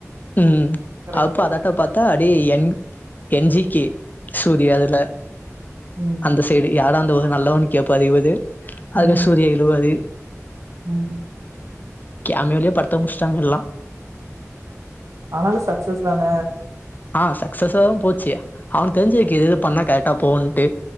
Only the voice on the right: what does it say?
கரெக்ட்டு
ம்
ம்
ம்
ஆனாலு சக்சஸ் தான